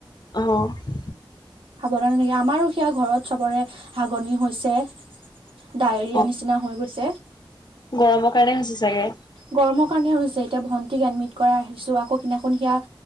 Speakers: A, on the left; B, on the right.
A: অ'।
B: সাৱধানে থাকি, আমাৰো সেয়া ঘৰত চবৰে হাগনি হৈছে। ডায়েৰিয়া
A: অ
B: নিচিনা হৈ গৈছে।
A: গৰমৰ কাৰণে হৈছে চাগে।
B: গৰমৰ কাৰণে হৈছে। এতিয়া ভন্টিক এডমিট কৰাই আহিছোঁ আকৌ সেইদিনাখন সেয়া